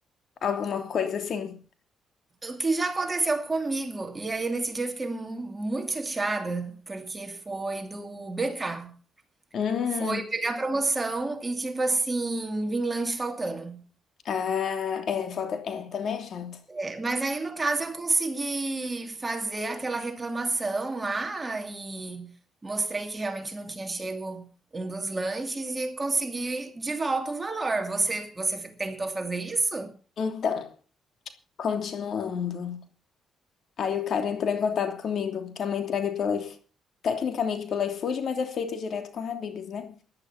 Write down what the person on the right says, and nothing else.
O que já aconteceu comigo, e aí nesse dia eu fiquei mu- muito chateada, porque foi do BK.
Foi pegar promoção e, tipo assim, vim lanche faltando.
É, Mas aí, no caso, eu consegui fazer aquela reclamação lá e mostrei que realmente não tinha chego um dos lanches e consegui de volta o valor. Você, você tentou fazer isso?